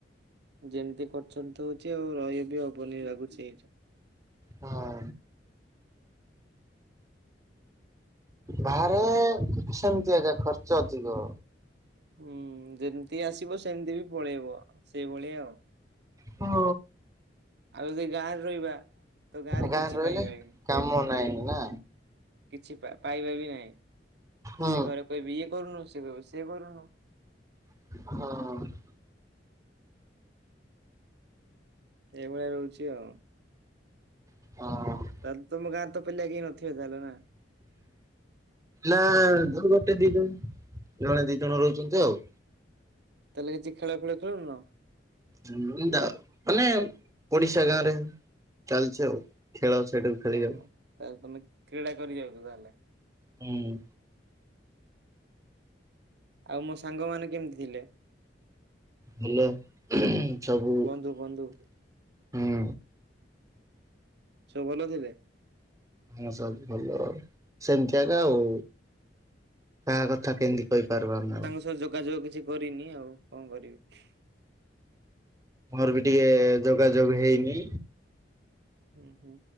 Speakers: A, on the right; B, on the right.
A: ଯେମିତି ଖର୍ଚ୍ଚାନ୍ତ ହଉଛି ଆଉ ରହିଵି ହବନି ଲାଗୁଚି ଏଠି।
B: ହଁ। ବାହାରେ।
A: ହେସ୍।
B: ସେମିତି ଆଜ୍ଞା ଖର୍ଚ୍ଚ ଅଧିକ।
A: ହୁଁ ଯେମିତି ଆସିବ ସେମିତି ବି ପଳେଇବ ସେଇଭଳିଆ ଆଉ
B: ଓ।
A: ଆଉ ଯଦି ଗାଁ ରେ ରହିବା ତ ଗାଁ ରେ
B: ଗାଁରେ
A: କିଛି
B: ରହିଲେ
A: ପାଇବାନି।
B: କାମ ନାହିଁ ନା।
A: କିଛି ପା ପାଇବା ବି ନାହିଁ
B: ହୁଁ
A: ସେ ଘରେ କହିବି ଏ କରୁନୁ ସେ କହିବ ସିଏ କରୁନୁ।
B: ହଁ।
A: ଏଇଭଳିଆ ରହୁଛି ଆଉ
B: ହଁ।
A: ତାହେଲେ ତମ ଗାଁ ରେ ତ ପିଲା କେହି ନଥିବେ ତାହେଲେ ନା?
B: ନା ହେଲା ଧ୍ରୁବ ଟେ ଦେଇଦେବୁ ଜଣେ ଦି ଜଣ ରହୁଛନ୍ତି ଆଉ।
A: ତାହେଲେ କିଛି ଖେଳ ଫେଳ ଖେଳୁନ?
B: ଏମିତି ଆଉ ମାନେ ପଡିଶା ଗାଁ ରେ ଚାଲଛି ଆଉ। ଖେଳ ସେଇଠୁ ଖେଳିବା
A: ଓ ତାଲେ ତମେ କ୍ରୀଡ଼ା କରି ଯାଉଛ ତାହେଲେ।
B: ହୁଁ ହୁଁ।
A: ଆଉ ମୋ ସାଙ୍ଗ ମାନେ କେମିତି ଥିଲେ?
B: ଭଲ ସବୁ।
A: ବନ୍ଧୁ ବନ୍ଧୁ
B: ହୁଁ
A: ସବୁ ଭଲ ଥିଲେ?
B: ହଁ ସବୁ ଭଲ ଆଉ ସେମିତିଆଗ ଆଉ କାହା
A: ହୁଁ ହୁଁ
B: କଥା କେମିତି କହିପାରବା ଆମେ ଆଉ?
A: ମୁଁ ତ ଆଉ ଯୋଗାଯୋଗ କିଛି କରିନି ଆଉ କଣ କରିବି?
B: ମୋର ବି ଟିକେ ଯୋଗାଯୋଗ ହେଇନି।
A: ହୁଁ ହୁଁ।